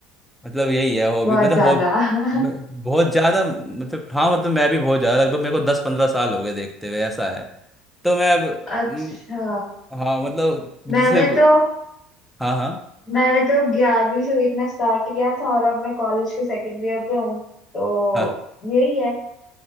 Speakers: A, in the centre; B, on the left.
A: मतलब यही है हॉबी
B: बहुत
A: मतलब
B: ज्यादा
A: हॉब
B: <laughs>
A: म- बहुत ज्यादा मतलब हाँ मतलब मैं भी बहुत ज्यादा लगभग मेरे को दस पंद्रह साल हो गए देखते हुए ऐसा है तो मैं अब
B: अच्छा
A: म, हाँ मतलब जैसे
B: मैंने
A: वो-
B: तो
A: हाँ हाँ
B: मैंने तो ग्यारहवीं से देखना स्टार्ट किया था और अब मैं कॉलेज के सेकेंड ईयर पे हूँ तो
A: हाँ
B: यही है <laughs>